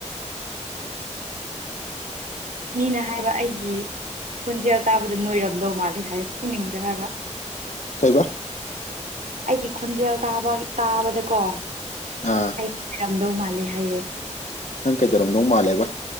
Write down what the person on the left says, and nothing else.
ꯀꯩꯕꯥ
ꯑꯥ
ꯅꯪ ꯀꯩꯗꯧꯔꯝꯗꯧ ꯃꯥꯜꯂꯦꯕ